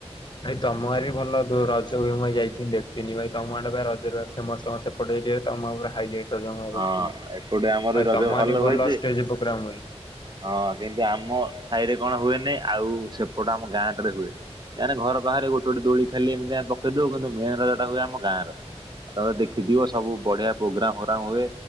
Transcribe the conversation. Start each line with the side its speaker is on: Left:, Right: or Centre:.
Left: ଭାଇ ତମ ଆରେ ବି ଭଲ ଦୋ <unintelligible> ଯାଇଥିନି ଦେଖଥିନି ଭାଇ ତମ ଆଡେ ପା ରଜ ରେ ଫେମସ ତମ ସେପଟ ଏରିଆରେ ତମ ଉପରେ ହାଇଲାଇଟ। ରଜ ମୁଁ ଦେଖିଥିନି।
Right: ହଁ ଏପଟେ ଆମର
Left: ଭାଇ
Right: ରଜ
Left: ତମ
Right: ଭଲ
Left: ଆଡେ ବି
Right: ହୋଇଛି
Left: ଷ୍ଟେଜ ପ୍ରୋଗ୍ରାମ ହୁଏ।
Right: ହଁ କିନ୍ତୁ ଆମ ସାହିରେ କଣ ହୁଏନି। ଆଉ ସେପଟ ଆମ ଗାଁ ଟା ରେ ହୁଏ। କାହିଁକିନା ଘର ପାଖରେ ଗୋଟେ ଗୋଟେ ଦୋଳି ଖାଲି ଏମିତି ପକେଇ ଦଉ। କିନ୍ତୁ ମେନ ରଜାଟା ହୁଏ ଆମ ଗାଁର ଆଉ ଦେଖିଥିବ ସବୁ ବଢିଆ ପ୍ରୋଗ୍ରାମ ଗ୍ରାମ ହୁଏ